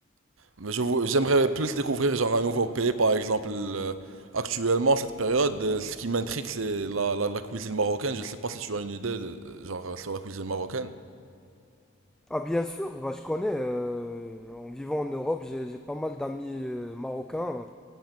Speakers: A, on the right; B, in the centre.
A: mais je vou- j'aimerais plus découvrir genre un nouveau pays, par exemple. euh, actuellement, cette période, euh, ce qui m'intrigue, c'est la, la, la cuisine marocaine. Je sais pas si tu as une idée de, euh, genre euh, sur la cuisine marocaine.
B: Ah bien sûr, bah, je connais. euh, en vivant en Europe, j'ai j'ai pas mal d'amis euh, marocains